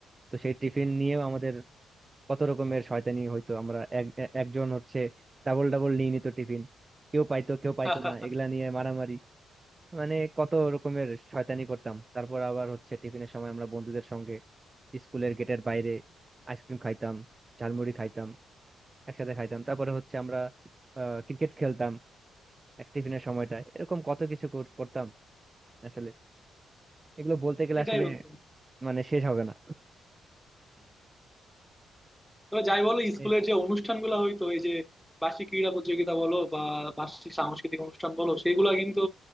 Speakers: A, on the right (about 30°); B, in the centre.
A: তো সেই টিফিন নিয়েও আমাদের কত রকমের শয়তানি হইতো আমরা এক এ- একজন হচ্ছে ডাবল ডাবল নিয়ে নিত টিফিন কেউ পাইতো কেউ পাইতো
B: <laughs>
A: না এগুলা নিয়ে মারামারি মানে কত রকমের শয়তানি করতাম তারপর আবার হচ্ছে টিফিনের সময় আমরা বন্ধুদের সঙ্গে স্কুলের গেটের বাইরে আইসক্রিম খাইতাম ঝালমুড়ি খাইতাম একসাথে খাইতাম তারপরে হচ্ছে আমরা ক্রিকেট খেলতাম এক টিফিনের সময়টা এরকম কত কিছু কর- করতাম আসলে এগুলো বলতে গেলে
B: এটাই
A: আসলে
B: বন্ধু
A: মানে শেষ হবে না
B: তো যাই বলো স্কুলের
A: এই-
B: যে অনুষ্ঠানগুলো হইতো এই যে বার্ষিক ক্রীড়া প্রতিযোগিতা বলো বা বার্ষিক সাংস্কৃতিক অনুষ্ঠান বলো সেগুলো কিন্তু